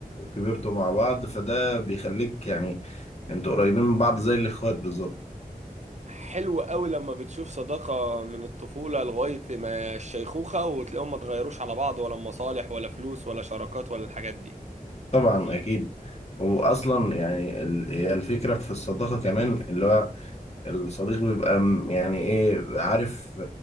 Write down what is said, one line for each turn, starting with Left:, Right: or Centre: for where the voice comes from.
Left: كبرتوا مع بعض فده بيخليك يعني انتوا قريبين من بعض زي الاخوات بالظبط
Right: حلو قوي لما بتشوف صداقة من الطفولة لغاية ما الشيخوخة وتلاقيهم ما اتغيروش على بعض ولا مصالح ولا فلوس ولا شراكات ولا الحاجات دي
Left: طبعا اكيد واصلا يعني ال- هي الفكره في الصداقه كمان اللي هو الصديق بيبقى م- يعني ايه عارف